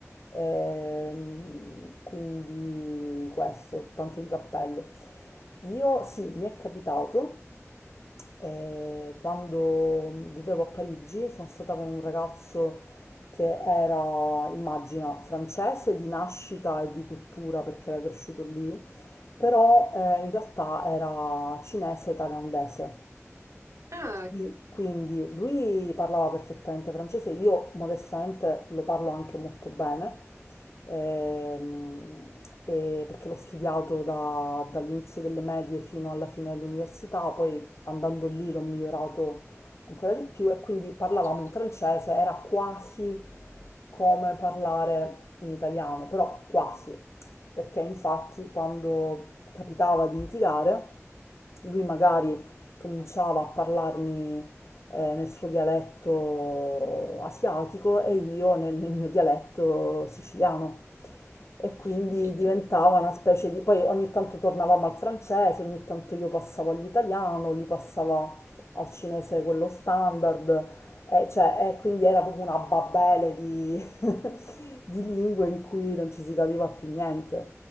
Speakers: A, on the left; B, on the right.
A: Ehm, quindi questo, tanto di cappello. Io sì, mi è capitato Ehm, quando vivevo a Parigi sono stata con un ragazzo che era, immagina, francese di nascita e di cultura perché era cresciuto lì, però eh, in realtà era cinese e thailandese.
B: Ah,
A: Sì, Quindi lui parlava perfettamente francese, io modestamente lo parlo anche molto bene, ehm, e perché l'ho studiato da- dall'inizio delle medie fino alla fine dell'università, poi andando lì l'ho migliorato ancora di più e quindi parlavamo
B: certo.
A: in francese, era quasi come parlare in italiano, però quasi, perché infatti quando capitava di litigare lui magari cominciava a parlarmi eh, nel suo dialetto asiatico e io nel, nel mio dialetto siciliano. E
B: <laughs>
A: quindi diventava una specie di... Poi ogni tanto tornavamo al francese, ogni tanto io passavo all'italiano, lui passava al cinese quello standard, e, cioè, e quindi era proprio una babele di, di lingue in cui non ci si capiva più niente.